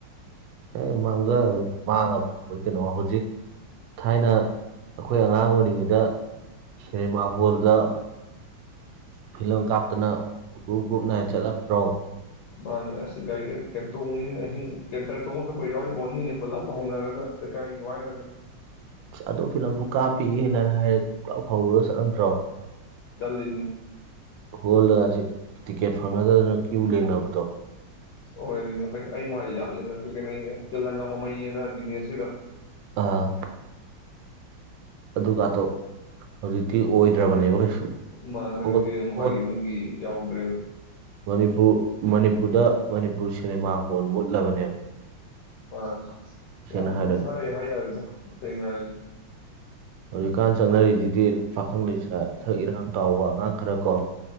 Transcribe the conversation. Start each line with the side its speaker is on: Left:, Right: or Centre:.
Right: ꯍ ꯃꯥꯡꯖꯔꯕꯅꯤ ꯃꯥꯡꯉꯕꯒꯨꯝꯕ ꯀꯩꯅꯣ ꯍꯧꯖꯤꯛ ꯊꯥꯏꯅ ꯑꯩꯈꯣꯏ ꯑꯉꯥꯡ ꯑꯣꯏꯔꯤꯉꯩꯗ ꯁꯤꯅꯦꯃꯥ ꯍꯣꯜꯗ ꯐꯤꯂꯝ ꯀꯥꯞꯇꯅ ꯭ꯔꯨꯞ ꯭ꯔꯨꯞ ꯅ ꯆꯠꯂꯂꯝ꯭ꯔꯣ
Left: ꯃꯥꯅ ꯑꯁ ꯒꯥꯔꯤꯒ ꯇꯣꯡꯉꯤꯅ ꯑꯍꯤꯡ ꯀꯦꯟꯇꯔ ꯇꯣꯡꯉ ꯊꯛꯄ ꯌꯥꯎꯔꯤꯕꯥꯎ ꯑꯅꯤꯅꯦ ꯄꯨꯜꯂꯞꯒ ꯍꯧꯅꯔꯒ ꯂꯩꯀꯥꯏꯒꯤ ꯋꯥꯏꯔꯒ
Right: ꯑꯣ ꯐꯤꯂꯝꯗꯨꯣ ꯀꯥꯞꯄꯤ ꯀꯥꯏꯅ ꯍꯥꯏꯔꯗꯤ ꯄꯨꯂꯞ ꯐꯧꯔꯒ ꯆꯠꯂꯝꯗ꯭ꯔꯣ
Left: ꯆꯠꯅꯤ
Right: ꯍꯣꯜꯂꯒꯁꯤ ꯇꯤꯛꯀꯦꯠ ꯐꯪꯅꯗꯗꯅ ꯀ꯭ꯌꯨ ꯂꯦꯡꯅꯕꯗꯣ
Left: ꯍꯣꯏ ꯑꯗꯨꯗꯤꯅꯦ ꯑꯩꯈꯣꯏ ꯑꯩ ꯉ ꯌꯥꯝ ꯌꯦꯡꯉꯛꯇ꯭ꯔꯦ ꯀꯩꯅꯣ ꯌꯦꯡꯉꯛꯦ ꯇꯦꯂꯪꯒꯥ ꯃꯃꯩꯌꯦꯅ ꯗꯤꯅꯦꯁꯀꯤꯗ
Right: ꯑꯥ ꯑꯗꯨꯀꯊꯣꯛ ꯍꯧꯖꯤꯛꯇꯤ ꯑꯣꯏꯗ꯭ꯔꯕꯅꯦꯕ ꯀꯩꯁꯨ
Left: ꯃꯥꯅ ꯍꯧꯖꯤꯛꯇꯤ
Right: ꯍꯣꯜ ꯍꯣꯜ
Left: ꯍꯥꯏꯒꯦ ꯑꯗꯨꯒꯤ ꯌꯥꯎꯗ꯭ꯔꯦ
Right: ꯃꯅꯤꯄꯨꯔ ꯃꯅꯤꯄꯨꯔꯗ ꯃꯅꯤꯄꯨꯔ ꯁꯤꯅꯦꯃꯥ ꯍꯣꯜ ꯃꯨꯠꯂꯕꯅꯦꯕ
Left: ꯑ
Right: ꯇꯁꯦꯡꯅ
Left: ꯌꯥꯝ
Right: ꯍꯥꯏꯔꯗꯤ
Left: ꯊꯥꯔꯦ ꯍꯥꯏ ꯌꯥꯒꯦꯗꯦꯡ ꯉ
Right: ꯍꯧꯖꯤꯛꯀꯥꯟ ꯆꯪꯅꯔꯤꯁꯤꯗꯤ ꯄꯥꯈꯪ ꯂꯩꯁꯥ ꯏꯊꯛ ꯏꯔꯥꯡ ꯇꯥꯎꯕ ꯑꯉꯥꯡ ꯈꯔ ꯀꯣ